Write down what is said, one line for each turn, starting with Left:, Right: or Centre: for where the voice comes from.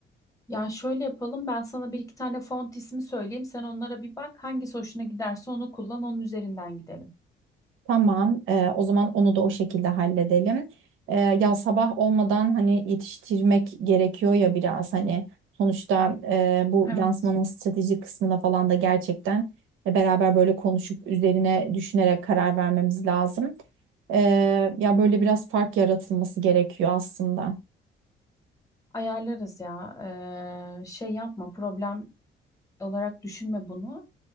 Left: Ya şöyle yapalım ben sana bir iki tane font ismi söyleyeyim sen onlara bir bak hangisi hoşuna giderse onu kullan onun üzerinden gidelim.
Right: Tamam, e, o zaman onu da o şekilde halledelim. E, ya sabah olmadan hani yetiştirmek gerekiyor ya biraz hani sonuçta e, bu
Left: Evet.
Right: lansmanın strateji kısmına falan da gerçekten e, beraber böyle konuşup üzerine düşünerek karar vermemiz lazım. E, ya böyle biraz fark yaratılması gerekiyor aslında.
Left: Ayarlarız ya Ee, şey yapma problem olarak düşünme bunu.